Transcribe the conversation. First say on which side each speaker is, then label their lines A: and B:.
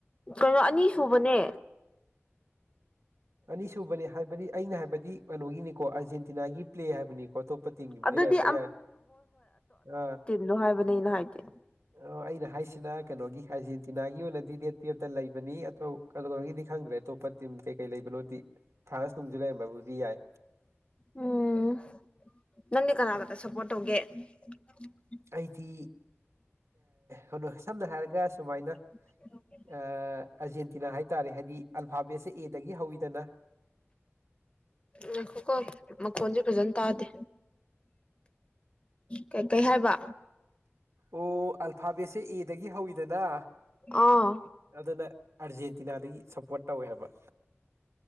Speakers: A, on the left; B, on the right.
A: ꯀꯩꯅꯣ ꯑꯅꯤ ꯁꯨꯕꯅꯦ
B: ꯑꯅꯤꯁꯨꯕꯅꯤ ꯍꯥꯏꯕꯗꯤ ꯑꯩꯅ ꯍꯥꯏꯕꯗꯤ ꯀꯩꯅꯣꯒꯤꯅꯤꯀꯣ ꯑꯥꯔꯖꯦꯟꯇꯤꯅꯥꯒꯤ ꯄ꯭ꯂꯦ ꯍꯥꯏꯕꯅꯤꯀꯣ ꯑꯇꯣꯞꯄ ꯇꯤꯡꯒꯤꯕꯨꯗꯤ
A: ꯑꯗꯨꯗꯤ
B: ꯂꯩꯔꯝꯕ ꯌꯥꯏ ꯑꯥ
A: ꯗꯣ ꯍꯥꯏꯕꯅꯦ ꯑꯩꯅ ꯍꯥꯏꯗꯤ
B: ꯑꯣ ꯑꯩꯅ ꯍꯥꯏꯁꯤꯅ ꯀꯩꯅꯣꯒꯤ ꯑꯥꯔꯖꯦꯟꯇꯤꯅꯥꯒꯤ ꯑꯣꯏꯅꯗꯤ ꯗꯦꯠ ꯇꯨꯌꯦꯞꯇ ꯂꯩꯕꯅꯤ ꯀꯧꯔꯒꯤꯗꯤ ꯈꯪꯗ꯭ꯔꯦ ꯑꯇꯣꯞꯄ ꯇꯤꯝ ꯀꯩ ꯀꯩ ꯂꯩꯕꯅꯣꯗꯤ ꯐ꯭ꯔꯥꯟꯁ ꯅꯨꯡꯁꯨ ꯂꯩꯔꯝꯕꯕꯨꯗꯤ ꯌꯥꯏ
A: ꯎꯝ ꯅꯪꯗꯤ ꯀꯔꯒꯗ ꯁꯄꯣꯔꯠ ꯑꯣꯒꯦ ꯎꯝ
B: ꯑꯩꯗꯤ ꯀꯩꯅꯣ ꯁꯝꯅ ꯍꯥꯏꯔꯒ ꯁꯨꯃꯥꯏꯅ
A: ꯦ
B: ꯑꯔꯖꯦꯟꯇꯤꯅꯥ ꯍꯥꯏꯇꯥꯔꯦ ꯍꯥꯏꯗꯤ ꯑꯜꯐꯥꯕꯦꯠꯁꯦ ꯑꯦꯗꯒꯤ ꯍꯧꯋꯤꯗꯅ
A: ꯉꯥꯏꯈꯣꯀꯣ ꯃꯈꯣꯟꯖꯦ ꯐꯖꯅ ꯇꯥꯗꯦ ꯀꯩꯀꯩ ꯍꯥꯏꯕ
B: ꯑꯣ ꯑꯜꯐꯥꯕꯦꯠꯁꯦ ꯑꯦꯗꯒꯤ ꯍꯧꯋꯤꯗꯅ
A: ꯑꯥ
B: ꯑꯗꯨꯅ ꯑꯥꯔꯖꯦꯟꯇꯤꯅꯥꯗꯒꯤ ꯁꯞꯄꯣꯔꯠ ꯇꯧꯋꯦ ꯍꯥꯏꯕ